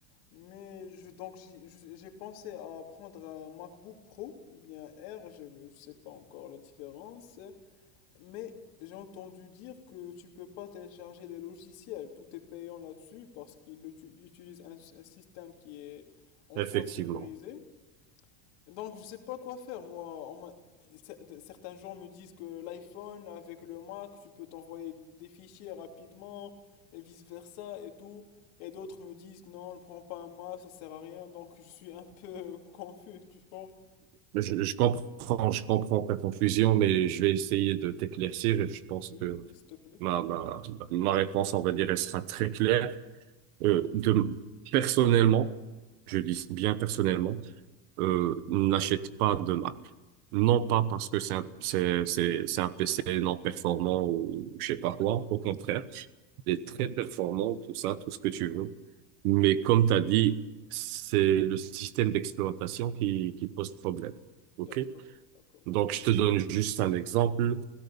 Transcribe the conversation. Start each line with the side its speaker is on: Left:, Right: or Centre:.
Left: Mais je, donc j'y- je- j'ai pensé à prendre un MacBook Pro ou bien R, je ne sais pas encore la différence, mais j'ai entendu dire que tu peux pas télécharger des logiciels, tout est payant là-dessus parce qu'ils le tu- utilisent un, un système qui est en
Right: Effectivement.
Left: soi sécurisé. Donc, je sais pas quoi faire, moi. On m'a- Cer- Certains gens me disent que l'iPhone avec le Mac, tu peux t'envoyer des fichiers rapidement et vice-versa et tout. Et d'autres me disent non, ne prends pas un Mac, ça sert à rien. Donc, je suis un peu <laughs> confus, tu vois.
Right: Je, je comprends, je comprends ta confusion, mais je vais essayer de t'éclaircir et je pense
Left: Oui,
Right: que
Left: oui, s'il te plaît.
Right: ma, ma, ma réponse, on va dire, elle sera très claire. Euh, de, personnellement, je dis bien personnellement, euh, n'achète pas de Mac. Non pas parce que c'est un, c'est, c'est, c'est un PC non performant ou je sais pas quoi. Au contraire, il est très performant, tout ça, tout ce que tu veux. Mais comme tu as dit, c'est le système d'exploitation qui, qui pose problème.
Left: D'accord,
Right: OK?
Left: d'accord,
Right: Donc, je te donne juste un exemple.